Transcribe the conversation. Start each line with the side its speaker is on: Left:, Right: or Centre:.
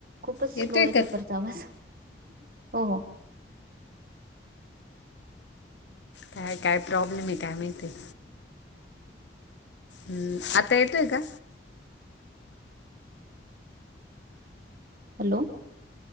Right: खूपच
Left: येतोय
Right: स्लो येतो
Left: का
Right: परर्तवाज हो हो
Left: काय काय प्रॉब्लेम आहे काय माहिती हम्म आता येतय का?
Right: हॅलो.